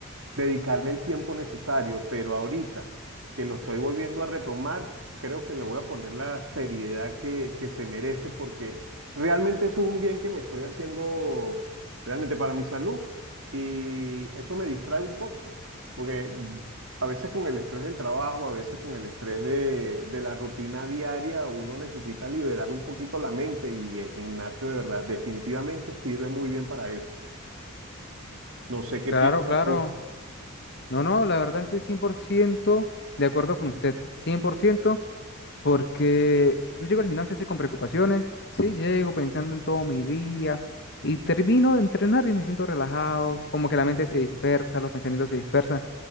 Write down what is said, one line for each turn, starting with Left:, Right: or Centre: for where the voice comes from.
Right: dedicarle el tiempo necesario, pero ahorita que lo estoy volviendo a retomar, creo que le voy a poner la seriedad que, que se merece porque realmente eso es un bien que me estoy haciendo realmente para mi salud y eso me distrae un poco, porque a veces con el estrés del trabajo, a veces con el estrés de, de la rutina diaria, uno necesita liberar un poquito la mente y el gimnasio de verdad definitivamente sirve muy bien para eso. No sé qué
Left: Claro,
Right: piensas
Left: claro.
Right: tú.
Left: No, no, la verdad estoy 100% de acuerdo con usted, 100%. Porque yo llego al gimnasio así con preocupaciones, sí, llego pensando en todo mi día y termino de entrenar y me siento relajado, como que la mente se dispersa, los pensamientos se dispersan.